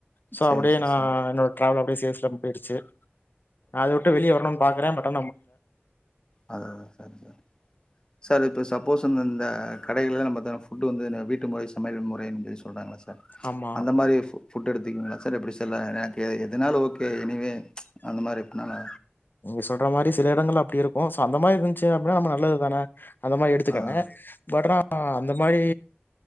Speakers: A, on the left (about 50°); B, on the left (about 20°).
A: சோ
B: சரிங்க
A: அப்டியே
B: சார்
A: நா
B: சரி
A: என்னோட டிராவல் அப்டியே சேல்ஸ் டப் போயிருச்சு நா அத உட்டு வெளிய வரனுன் பாக்குற ப
B: அதுதா சேரி சேரி சேரிப் ப்ப சப்போஸ் அந்தந்த கடைலலா நம்ம தர ஃபுட்டு வந்து வீட்டு நா முறை சமையல் முறைன்ட்டு சொல்றாங்கள்ல சார்
A: ஆமா
B: அந்த மாரி ஃபு ஃபுட் எடுத்தீங்களா சார் எப்டி செல்லா எனக் ஏ எது அதனால ஓகே எனிவே அந்த மாரி எப்பனாலு
A: நீங்க சொல்ற மாரி சில இடங்கள்ல அப்டி இருக்கு சோ அந்த மாரி இருஞ்சு அப்டின்னா நம்ம நல்லது தான அந்த மாரி எடுத்துக்கங்க
B: அதான்
A: பட் ஆனா அந்த மாரி